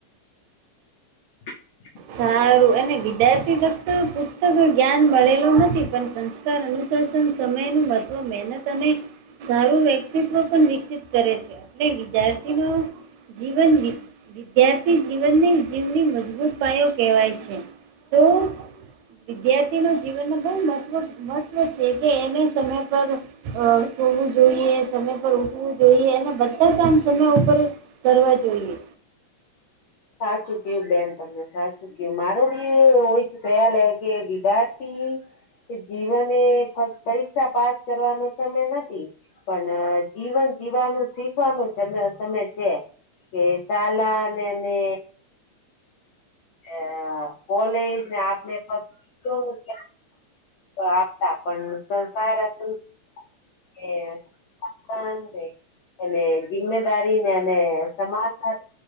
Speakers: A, on the left; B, on the right.
A: <inaudible>
B: સારું અને વિદ્યાર્થી ફક્ત પુસ્તકો જ્ઞાન ભળેલો નથી પણ સંસ અનુશાસન સમયનું મહત્વ મહેનત અને સારું વ્યક્ ક્તિત્વ પણ વિકસિત કરે છે. એટલે વિદ્યાર્થીનું જીવન વિધ વિદ્યાર્થી જીવનને જીવની મજબૂત પાયો કેવાય છે તો વિદ્યાર્થીનું જીવનનું બહુ મહત્વ મહત્ત્વ છે કે એને સમય પર અ સૂવું જોઈએ, સમય પર ઉઠવું જોઈએ અને બધા જ કામ સમય ઉપર કરવા જોઈએ.
A: સાચું ક્યું બેન તમને સાચું મારો બી એવો જ ખયાલ હે કે વિદ્યાર્થી કે જીવન એ ફક્ પરીક્ષા પાસ કરવાનો સમય નથી. પણ જીવન જીવાનું શીખવાનું સમ સમય છે. કે સાલા ને અને અ કોલેજ ને આપને ક્યાં <inaudible> તો આપ <unintelligible> પણ સંસાર હતું. <unintelligible> અને જિમ્મેદારી ને અને સમાજ સાથે